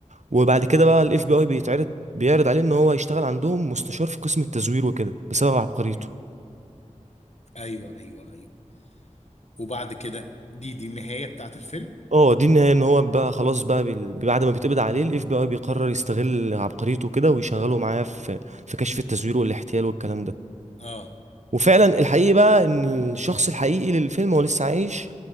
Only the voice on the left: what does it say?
مم. ايوه ايوه ايوه وبعد كده دي دي النهايه بتاعت الفيلم
اه